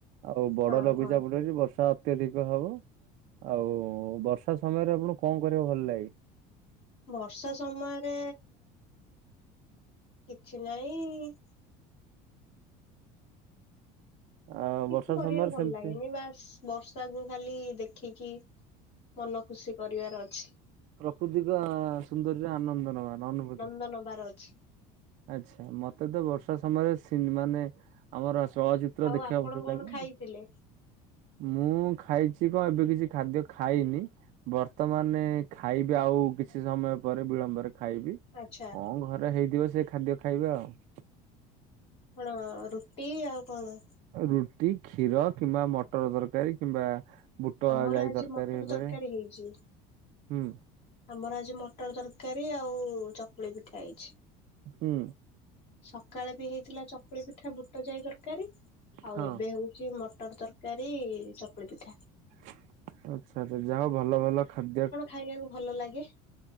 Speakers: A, on the right; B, on the left.
A: ଆଉ ବଡ
B: ହଁ
A: ଲଘୁଚାପଟା
B: ହଁ
A: ଯେ ବର୍ଷା ଅତ୍ୟଧିକ ହେବ। ଆଉ ବର୍ଷ ଷା ସମୟରେ ଆପଣଙ୍କୁ କଣ କରିଆକୁ ଭଲ ଲାଗେ?
B: ବର୍ଷା ସମୟରେ କିଛି ନାଇଁ
A: ଆ
B: କିଛି
A: ବର୍ଷା
B: କରିଆକୁ
A: ସମୟରେ
B: ଭଲ
A: ସେମିତି
B: ଲାଗେନି ବାସ୍ ବର୍ଷାକୁ ଖାଲି ଦେଖିକି ମନ ଖୁସି କରିବାର ଅଛି।
A: ପ୍ରାକୃତିକ ସୁନ୍ଦର୍ଯ୍ୟ ଆନନ୍ଦ ନବା ନା ଅନୁଭୂତି?
B: ନନ୍ଦ ନବାର ଅଛି।
A: ଆଚ୍ଛା। ମତେ ତ ବର୍ଷା ସମୟରେ ସିନ୍ ମାନେ ଆମର ଚଳଚିତ୍ ଚିତ୍ର
B: ଆଉ
A: ଦେଖିବା
B: ଆପଣ
A: ଭଲ୍
B: କଣ
A: ଲାଗେ।
B: ଖାଇଥିଲେ?
A: ମୁଁ ଖାଇଚି କଁ ଏବେ କିଛି ଖାଦ୍ୟ ଖାଇନି। ବର୍ତ୍ତମାନେ ଖାଇବି ଆଉ କିଛି ସମୟ ପରେ ବିଳମ୍ବରେ ଖାଇବି।
B: ଆଚ୍ଛା
A: କଁ ଘରେ ହେଇଥିବ ସେ ଖାଦ୍ୟ ଖାଇବା ଆଉ।
B: କଣ ରୁଟି ଆଉ କଣ?
A: ରୁଟି କ୍ଷୀର କିମ୍ବା ମଟର ତରକାରୀ କିମ୍ବା ବୁଟ
B: ଆମର
A: ଯାଇ
B: ଆଜି
A: ତରକାରୀ
B: ମଟର
A: ହେଇପାରେ
B: ତରକାରୀ ହେଇଚି।
A: ହୁଁ
B: ଆମର ଆଜି ମଟର ତରକାରୀ ଆଉ ଚକୁଳି ପିଠା ହେଇଚି।
A: ହୁଁ।
B: ସକାଳେ ବି ହେଇଥିଲା ଚକୁଳି ପିଠା ବୁଟଯାଇ ତରକାରୀ ଆଉ
A: ହଁ
B: ଏବେ ହଉଚି ମଟର ତରକାରୀ ଚକୁଳି ପିଠା।
A: ଆଚ୍ଛା ଆଚ୍ଛା ଯାହାହଉ ଭଲଭଲ ଖାଦ୍ୟ
B: ଖାଇଆକୁ ଭଲ ଲାଗେ।